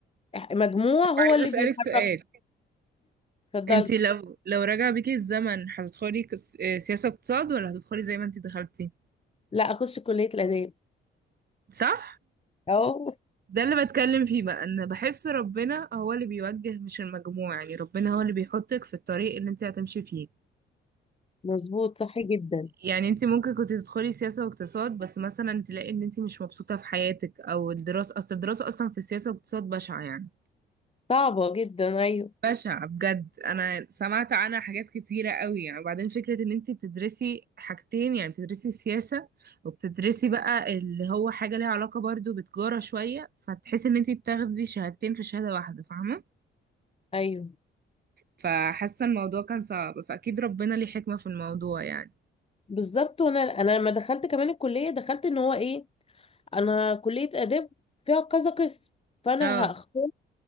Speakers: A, on the left; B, on the right.
A: مجموع
B: طب
A: هو
B: عايزة
A: اللي
B: أسألك
A: بيحرك
B: سؤال
A: اتفضلي
B: انت لو لو رجع بيكي الزمن هتدخلي كس- آه، سياسة اقتصاد ولا هتدخلي زي ما انت دخلتي؟
A: لا اخش كليه الاداب
B: صح؟
A: اهو
B: ده اللي بتكلم فيه بقى ان بحس ربنا هو اللي بيوجه مش المجموع يعني ربنا هو اللي بيحطك في الطريق اللي انت هتمشي فيه
A: مظبوط صح جدا
B: يعني انت ممكن كنت تدخلي سياسة واقتصاد بس مثلا تلاقي ان انت مش مبسوطة في حياتك او الدراسة اصل الدراسة اصلا في السياسة والاقتصاد بشعة يعني
A: صعبه جدا ايوه
B: بشعة بجد انا سمعت عنها حاجات كتيرة قوي يعني وبعدين فكرة ان انت بتدرسي حاجتين يعني بتدرسي السياسة وبتدرسي بقى اللي هو حاجة ليها علاقة برضو بتجارة شوية فتحسي ان انت بتاخدي شهادتين في شهادة واحدة فاهمة
A: ايوه
B: فحاسة الموضوع كان صعب فأكيد ربنا ليه حكمة في الموضوع يعني
A: بالظبط وانا انا لما دخلت كمان الكليه دخلت ان هو ايه انا كلية اداب فيها كذا قسم فانا
B: اه
A: هختار